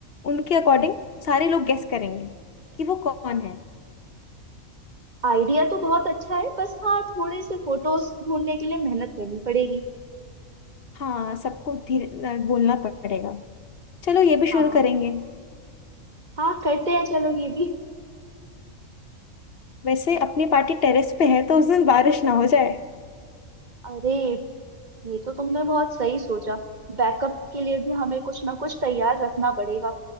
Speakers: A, on the left (about 50°); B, on the right (about 35°).
A: उनके अकॉर्डिंग सारे लोग गेस करेंगे कि वो कौन है
B: आइडिया तो बहुत अच्छा है बस हाँ थोड़े से फोटोज ढूंढने के लिए मेहनत करनी पड़ेगी
A: हाँ सबको धीरे अ, बोलना पड़ेगा चलो ये भी शुरू
B: हाँ
A: करेंगे
B: हाँ करते हैं चलो ये भी
A: वैसे अपनी पार्टी टेरेस पे है तो उस दिन बारिश ना हो जाए
B: अरे ये तो तुमने बहुत सही सोचा बैकअप के लिए भी हमें कुछ ना कुछ तैयार रखना पड़ेगा